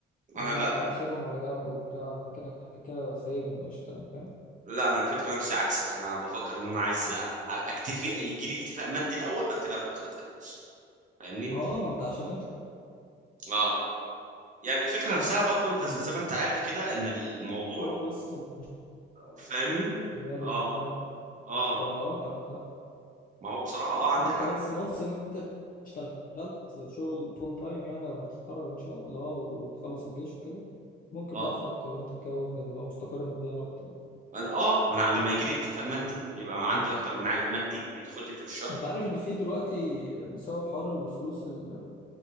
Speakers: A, on the right (about 40°); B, on the left (about 45°).
A: انا
B: ان انا
A: لا
B: ح- اشيلهم على جنب وبتاع انا كده كده سايبهم قشطه يعني فاهم
A: لا انا الفكره نفسي عكسك انا بفكر ان انا عايز أ- اكتفي يجي لي اكتفاء مادي الاول بعد كده افكر اتجوز فاهمني
B: ما هو ما انت عشان انت
A: اه يعني الفكره نفسها برضو انت ز- زي ما انت عارف كده ان الموضوع
B: برضه لسه
A: فاهمني
B: شغال
A: اه
B: وبتاع
A: اه
B: فاه انت عندك حق
A: ما هو بصراحه اه
B: مش
A: عندي
B: انت
A: حق
B: بس مونس ان انت اشتغلت شغل فول تايم يعني لما تتخرج ان شاء الله وتخلص الجيش وكده ممكن
A: اه
B: بقى تفكر يعني تتجوز هتبقى مستقر ماديا اكتر
A: انا اه ما انا لما يجي لي اكتفاء مادي يبقى عندي اكتر من عائد مادي بيدخل لي في الشهر
B: انت عارف ان في دلوقتي بسبب حوار الفلوس ال-